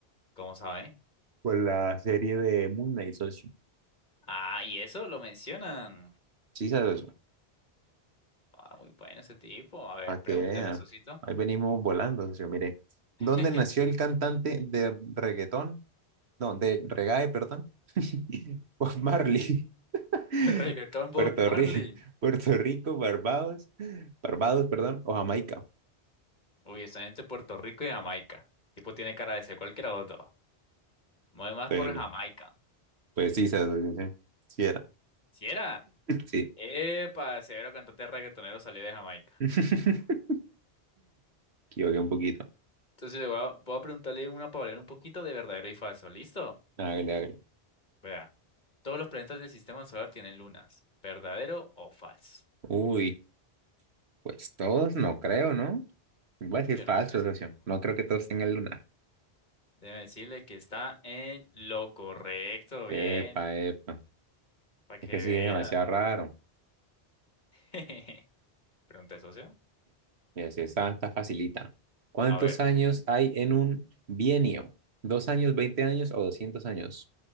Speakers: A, on the left; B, on the right.
A: ¿Cómo sabe?
B: Por la serie de Moon Knight, socio.
A: Ah, y eso lo mencionan.
B: Sí, socio.
A: Ah, muy bueno ese tipo. A ver,
B: Para
A: pregúnteme,
B: que vea.
A: socito.
B: Ahí venimos volando, socio. Mire.
A: <laughs>
B: ¿Dónde nació el cantante de reggaetón? No, de reggae, perdón. <laughs> Bob Marley. <laughs>
A: El reggaetón Bob
B: Puerto
A: Marley.
B: Rico, Puerto Rico, Barbados, Barbados, perdón, o Jamaica.
A: Uy, está entre Puerto Rico y Jamaica. Tipo tiene cara de ser cualquiera de los dos. Mueve más
B: Pues,
A: por Jamaica.
B: pues sí, se dice. Sí era.
A: ¿Si era?
B: Sí.
A: Epa, severo cantante reggaetonero salió de Jamaica.
B: <laughs> Equivoqué un poquito.
A: Entonces le voy a, voy a preguntarle una palabra un poquito de verdadero y falso. ¿Listo?
B: Hágale, hágale.
A: Vea. Todos los planetas del sistema solar tienen lunas. ¿Verdadero o falso?
B: Uy, pues todos no creo, ¿no? Voy
A: Mm,
B: a decir
A: yo
B: falso,
A: no sé eso,
B: socio.
A: sí. no.
B: No creo que todos tengan luna.
A: Déjeme decirle que está en lo correcto. Bien.
B: Epa, epa.
A: Para que
B: Es que sí
A: vea.
B: es demasiado raro.
A: <laughs> Pregunta, socio.
B: Mira, si esta está facilita. ¿Cuántos
A: A ver,
B: años hay en un bienio? ¿Dos años, veinte años o doscientos años?